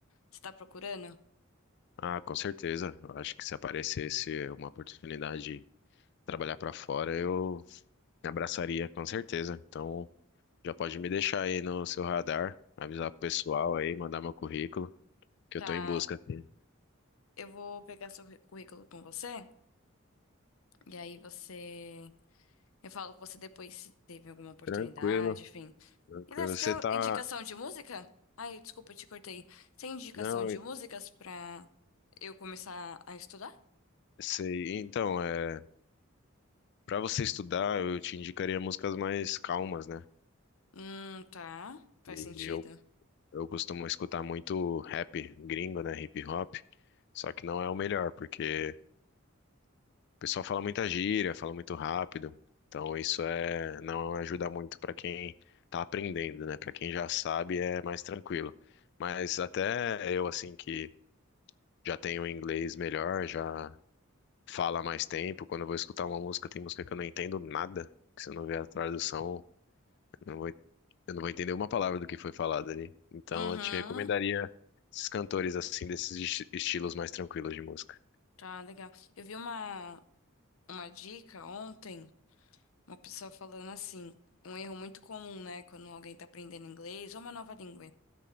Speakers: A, on the left (about 75°); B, on the left (about 55°).
A: Você tá procurando?
B: Ah, com certeza. Eu acho que se aparecesse uma oportunidade de trabalhar para fora, eu abraçaria com certeza. Então, Já pode me deixar aí no seu radar, avisar pro pessoal aí, mandar meu currículo, que
A: Tá.
B: eu tô em busca aqui.
A: Eu vou pegar seu curr- currículo com você. E aí você. Eu falo com você depois se teve alguma oportunidade,
B: Tranquilo,
A: enfim.
B: tranquilo.
A: E Léo, você
B: Você
A: tem
B: tá.
A: indicação de música? Ai, desculpa, eu te cortei. Você Tem indicação
B: Não,
A: de músicas pra eu começar a estudar?
B: sei. Então, é. Pra você estudar, eu te indicaria músicas mais calmas, né?
A: Hum, tá. Faz
B: E
A: sentido.
B: eu, eu costumo escutar muito rap gringo, né? Hip hop. Só que não é o melhor, porque O pessoal fala muita gíria, fala muito rápido. Então isso é não ajuda muito para quem tá aprendendo, né? Para quem já sabe é mais tranquilo. Mas até eu assim que já tenho um inglês melhor, já falo há mais tempo, quando eu vou escutar uma música, tem música que eu não entendo nada, que se eu não ver a tradução, eu não vou, eu não vou entender uma palavra do que foi falado ali. Então
A: Uhum.
B: eu te recomendaria esses cantores assim desses esti- estilos mais tranquilos de música.
A: Tá, legal. Eu vi uma, uma dica ontem, uma pessoa falando assim, um erro muito comum, né, quando alguém tá aprendendo inglês ou uma nova língua.